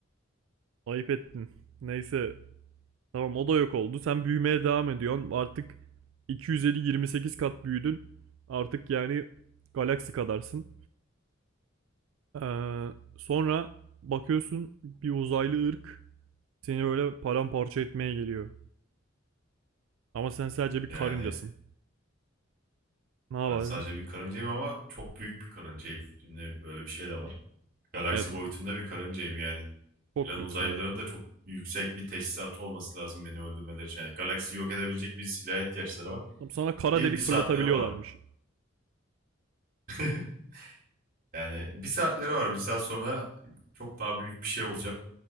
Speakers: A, on the right (about 90°); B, on the right (about 45°).
A: Ayıp ettin. Neyse. Tamam o da yok oldu. Sen büyümeye devam ediyorsun. Artık 250-28 kat büyüdün. Artık yani galaksi kadarsın. Ee, sonra bakıyorsun bir uzaylı ırk seni böyle paramparça etmeye geliyor. Ama sen sadece bir
B: Yani
A: karıncasın. Ne yapacaksın?
B: ben sadece bir karıncayım ama çok büyük bir karıncayım. Şimdi böyle bir şey de var. Galaksi
A: Evet.
B: boyutunda bir karıncayım yani. Gelen
A: Çok büyüksün
B: uzaylıların
A: evet.
B: da çok yüksek bir teçhizatı olması lazım beni öldürmeleri için. Yani galaksiyi yok edebilecek bir silaha ihtiyaçları var.
A: Tam sana kara
B: Ki
A: delik
B: bir saatleri
A: fırlatabiliyorlarmış.
B: var. <laughs> Yani bir saatleri var. Bir saat sonra çok daha büyük bir şey olacağım.